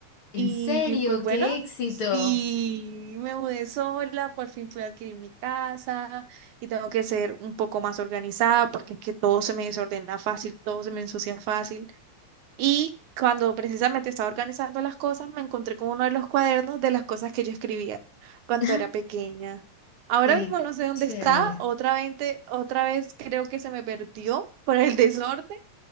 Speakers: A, on the left; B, on the right.
A: ¿En
B: Y
A: serio?
B: pues bueno,
A: ¡Qué éxito!
B: sí me mudé sola, por fin pude adquirir mi casa y tengo que ser un poco más organizada porque es que todo se me desordena fácil, todo se me ensucia fácil. Y cuando precisamente estaba organizando las cosas, me encontré con uno de los cuadernos de las cosas que yo escribía cuando
A: <laughs>
B: era pequeña. Ahora
A: ¡Qué
B: mismo no sé dónde
A: chévere!
B: está, otra vez, otra vez creo que se me perdió por el <laughs> desorden